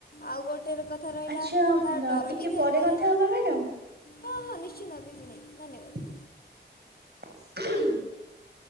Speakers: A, on the left; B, on the right.
A: ଆଉ ଗୋ ଟେ କଥାରହିଲା
B: ଆଚ୍ଛା
A: ତାର ଡର
B: ଟିକେ
A: ବି ଥାଇପାରେ।
B: ପରେ କଥା ହବା ମ୍ୟାଡାମ।
A: ହଁ ହଁ ନିଶ୍ଚିତ କିଛି ନାହିଁ ଧନ୍ୟବାଦ।
B: <unintelligible>